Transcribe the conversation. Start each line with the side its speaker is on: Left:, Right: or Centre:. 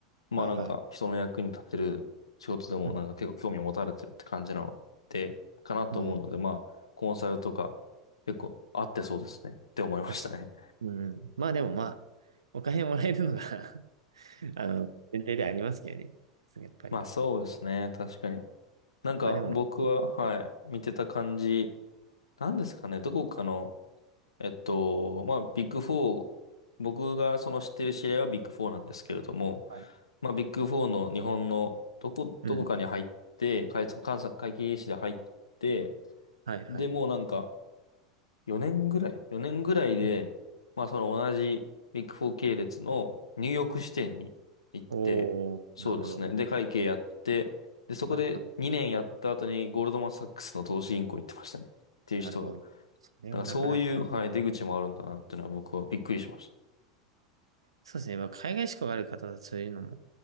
Left: まあなんか人の役に立てる仕事でもなんか結構興味を持たれてるって感じなので、
Right: はいはい。うん。
Left: かなと思うので、
Right: うん。
Left: まあコンサルとか結構合ってそうですねって思いましたね。
Right: そうそう。うん。まあでもまあ、お金もらえるのが <laughs> あの、前提ではありますけどね。そうやっぱり。
Left: まあそうですね。確かに。なんか僕は、
Right: まあでも、うん
Left: はい、見てた感じ、なんですかね。どこかの、えっと、まあビッグフォー、僕がその知ってる知り合いはビッグフォーなんですけれども、
Right: はい。
Left: まあビッグフォーの日本のどこ、
Right: うん。
Left: どこかに入って、会、監査会計士で入って、
Right: はいはい。
Left: で、もうなんか、4年ぐらい ?4 年ぐらいで、
Right: うん。
Left: まあその同じビッグフォー系列のニューヨーク支店に行って、
Right: おー、
Left: そうですね。
Right: なるほど。
Left: で、会計やって、で、そこで2年やった後にゴールドマンサックスの投資銀行行ってましたね。
Right: はいはい。
Left: っていう人が。
Right: なるほど。それはなかなか。
Left: なんかそういう、はい、出口もあるんだなっていうのは僕はびっくりしまし
Right: そうですね。まあ海外志向がある方はそういうのも